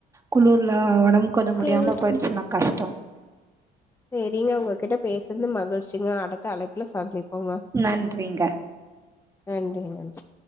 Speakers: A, on the right; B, on the left.
A: குளுர்ல ஒடம்பு கொஞ்ச
B: சேரி
A: முடியாம போயிடுச்சுனா கஷ்ட
B: செரிங்க உங்ககிட்ட பேசுனது மகிழ்ச்சிங்க அடுத்த அழைப்புல சந்திப் போங்க
A: நன்றிங்க
B: நன்றி நன்றி